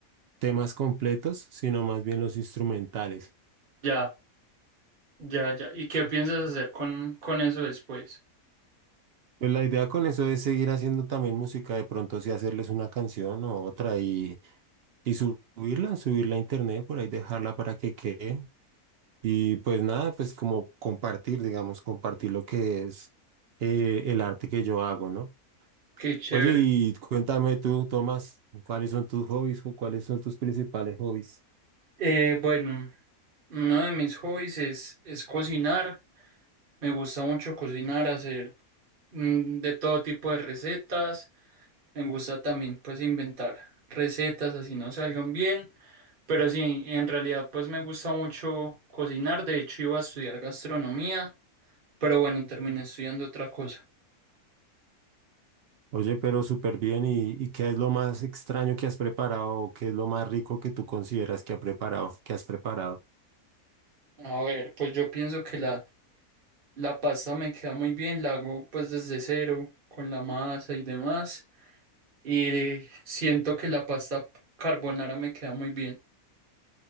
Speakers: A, on the right; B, on the right.
A: temas completos, sino más bien los instrumentales.
B: Ya, ya, ya. ¿Y qué piensas hacer con, con eso después?
A: Pues la idea con eso es seguir haciendo también música, de pronto sí hacerles una canción o otra y, y subirla, subirla a internet, por ahí dejarla para que quede. Y pues nada, pues como compartir, digamos, compartir lo que es eh, el arte que yo hago, ¿no?
B: Qué chévere.
A: Oye, y cuéntame tú, Tomás, ¿cuáles son tus hobbies o cuáles son tus principales hobbies?
B: Eh, bueno, uno de mis hobbies es, es cocinar. Me gusta mucho cocinar, hacer mm, de todo tipo de recetas. Me gusta también pues inventar recetas así no salgan bien, pero sí, en realidad pues me gusta mucho cocinar, de hecho iba a estudiar gastronomía, pero bueno, terminé estudiando otra cosa.
A: Oye, pero súper bien. ¿Y, y qué es lo más extraño que has preparado? ¿O qué es lo más rico que tú consideras que ha preparado, que has preparado?
B: A ver, pues yo pienso que la, la pasta me queda muy bien, la hago pues desde cero con la masa y demás, y siento que la pasta carbonara me queda muy bien.